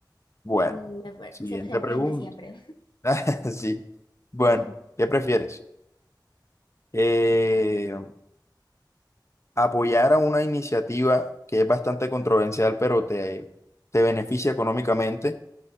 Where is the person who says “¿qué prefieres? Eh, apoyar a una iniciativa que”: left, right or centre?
Left